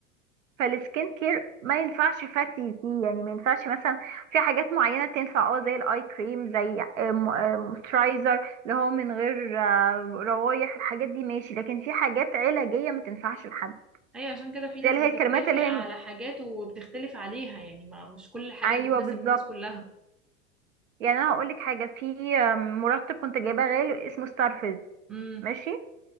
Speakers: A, on the right (about 65°); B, in the centre.
A: فالسكين كير ما ينفعش فاتي فيه يعني ما ينفعش مثلا في حاجات معينة تنفع اه زي الاي كريم زي موسترايزر اللي هو من غير آه، روايح الحاجات دي ماشي لكن في حاجات علاجية ما تنفعش لحد
B: أيوة عشان كده في
A: زي
B: ناس
A: اللي
B: بتتفق
A: هي الكريمات اللي
B: على
A: هي م-
B: حاجات وبتختلف عليها يعني ما مش كل الحاجات
A: ايوه
B: بتناسب
A: بالظبط
B: الناس كلها
A: يعني انا هقول لك حاجة في آه، مرطب كنت جايباه غالي اسمه ستارفيز
B: امم
A: ماشي